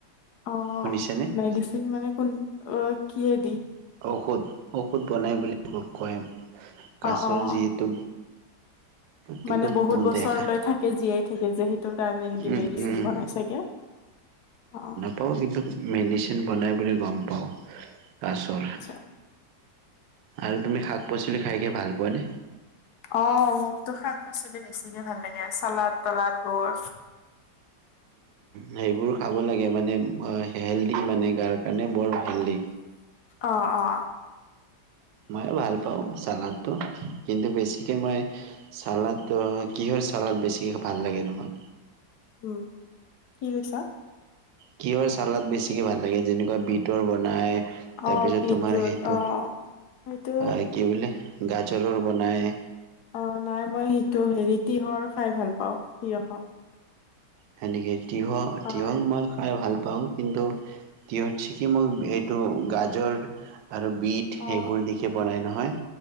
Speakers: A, on the left; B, on the right.
A: অ'
B: শুনিছেনে
A: মেডিচিন মানে কোন অ' কিহে দি?
B: ঔষধ। ঔষধ বনাই বুলি কয়, কাছৰ
A: অ অ
B: যিহেতু কিন্তু
A: মানে বহুত বছৰলৈ
B: দেখা
A: থাকে কে জীয়াই থাকে যে সেইটোৰ কাৰণে নেকি
B: উম
A: মেডিচিন
B: উম
A: বনাই চাগে? অ'
B: পাওঁ, কিন্তু মেডিচিন বনাই বুলি গ'ম পাওঁ কাছৰ।
A: আচ্ছা
B: আৰু তুমি শাক পাচলি খাইকে ভাল পোৱানে?
A: অ' মোকতো শাক পাচলি বেছিকে ভাল লাগে। চালাদ তালাদ বোৰ
B: সেইবোৰ খাব লাগে, মানে হেল্ডি মানে গাৰ কাৰণে বৰ হেল্ডি।
A: অ', অ'।
B: ময়ো ভাল পাওঁ চালাডটো, কিন্তু বেছিকে মই চালাডটো কি হয়, চালাড বেছিকৈ ভাল লাগে তোমাক।
A: উম, কি কৈছা?
B: কি হয় চালাদ বেছিকে ভাল লাগে, যেনেকুৱা বিটৰ বনাই তাৰপিছত
A: অ বিটৰুট
B: তোমাৰ সেইটো,
A: অ সেইটো
B: আহ কি বোলে গাজৰৰ বনাই
A: অ', নাই মই সেইটো হেৰি, তিঁয়হৰ খাই ভাল পাওঁ, তিয়ঁহৰ।
B: সেনেকে, তিয়ঁহ,
A: অ
B: তিয়ঁহ মই খাই ভাল পাওঁ, কিন্তু তিয়ঁতছেকি মোক এইটো গাজৰ, আৰু বিট সেইবোৰ
A: অ
B: দেখি বনাই নহয়,